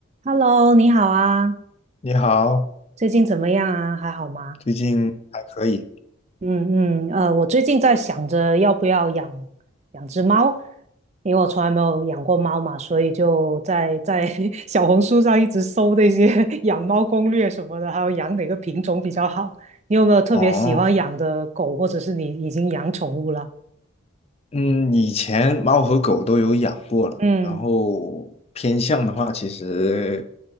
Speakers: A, on the right; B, on the left.
A: Hello，你好啊，
B: 你好，
A: 最近怎么样啊？还好吗？
B: 最近还可以
A: 嗯嗯，呃，我最近在想着要不要养养只猫，因为我从来没有养过猫嘛，所以就在在 <laughs> 小红书上一直搜那些 <laughs> 养猫攻略什么的，还有养哪个品种比较好。你有没有特别喜欢养的狗，
B: 哦。
A: 或者是你已经养宠物了？
B: 嗯，以前猫和狗都有养过了，
A: 嗯，
B: 然后偏向的话，其实